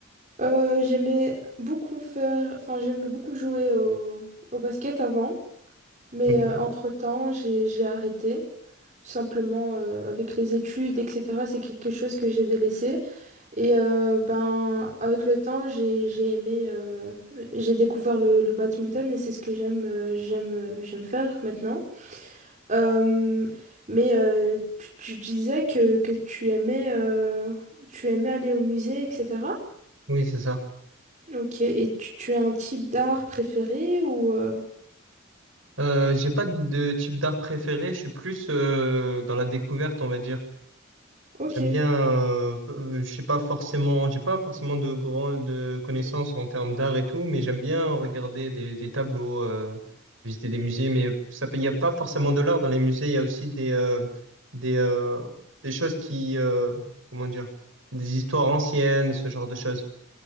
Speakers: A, on the right (about 40°); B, on the right (about 75°).
A: Euh, j'aimais beaucoup faire, enfin j'aimais beaucoup jouer au, au basket avant, mais
B: Ok.
A: euh, entre-temps j'ai j'ai arrêté. Tout simplement euh, avec les études, etc. C'est quelque chose que j'ai délaissé. Et euh, ben, avec le temps, j'ai j'ai aimé, euh, j'ai découvert le, le badminton et c'est ce que j'aime euh, j'aime euh, j'aime faire maintenant. Euh, mais euh, tu, tu disais que, que tu aimais euh, tu aimais aller au musée, etc.
B: Oui, c'est ça.
A: Ok, et tu, tu as un type d'art préféré ou euh,
B: Euh, j'ai pas de type d'art préféré, je suis plus euh, dans la découverte, on va dire.
A: Ok,
B: J'aime bien, euh, f- euh, je sais pas forcément, j'ai pas forcément de grandes connaissances en termes d'art et tout, mais j'aime bien regarder des, des tableaux, euh, visiter des musées, mais ça, peut- il n'y a pas forcément de l'art dans les musées, il y a aussi des, euh, des, euh, des choses qui, euh, comment dire, des histoires anciennes, ce genre de choses,